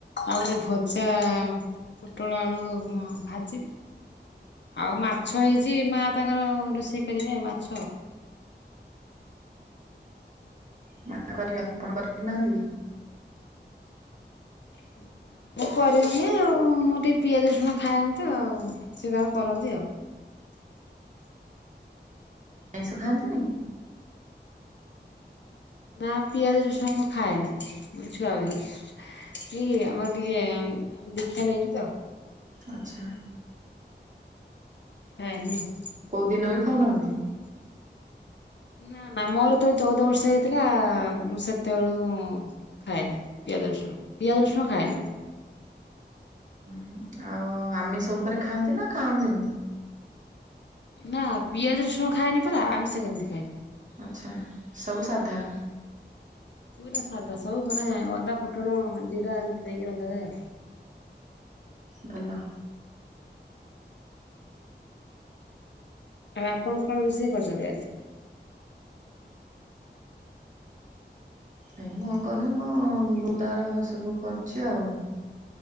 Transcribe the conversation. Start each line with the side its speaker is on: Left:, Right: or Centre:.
Left: ଆଉ ଗୋଟେ ଭଜା ପୋଟଳ ଆଳୁ ଅ ଭାଜିବି। ଆଉ ମାଛ ହେଇଛି ମା ତାଙ୍କର ରୋଷେଇ କରିବେ ମାଛ।
Right: ମା କରିବେ ଆପଣ <unintelligible> ନାହାଁନ୍ତି କି?
Left: ହୁଁ। ମୁଁ କରେନି ଆଉ ମୁଁ ଟିକେ ପିଆଜ ରଷୁଣ ଖାଏନି ତ ଆଉ ସିଏ ତାଙ୍କର କରନ୍ତି ଆଉ।
Right: ଆଇଁଷ ଖାଆନ୍ତିନି?
Left: ନା ପିଆଜ ରସୁଣ ମୁଁ ଖାଏନି ମୋ ଛୁଆ ଦିନୁ। କି ଆମର ଟିକେ ଦୀକ୍ଷା ନେଇଛୁ ତ।
Right: ଆଚ୍ଛା।
Left: ଖାଏନିି ଆଉ।
Right: କଉ ଦିନ ବି ଖାଉନାହାଁନ୍ତି।
Left: ନା ନା ମୋର ତବେ ଚଉଦ ବର୍ଷ ହେଇଥିଲା ମୁଁ ସେତେବେଳୁ ଖାଏନି ପିଆଜ ରସୁଣ ପିଆଜ ରସୁଣ ଖାଏନି ମୁଁ।
Right: ହୁଁ ଆଉ ଆମିଷ ଉପରେ ଖାଆନ୍ତି ନା ଖାଆନ୍ତିନି?
Left: ନା ପିଆଜ ରସୁଣ ଖାଏନି ପରା ଆମିଷ କେମିତି ଖାଇବି?
Right: ଆଚ୍ଛା ସବୁ ସାଧା?
Left: ପୁରା ସାଧା ସବୁ ମାନେ ଅଦା ଫୁଟଣ ଜିରା ଏମିତି ଦେଇକି ରନ୍ଧାଯାଏ ଆଉ।
Right: ଭଲ।
Left: ଆଉ ଆପଣ କଣ ରୋଷେଇ କରିଛନ୍ତି ଆଜି?
Right: ନାଇଁ ମୁଁ କରୁନି ମୁଁ ବୋଉ ତାର ସବୁ କରୁଛି ଆଉ।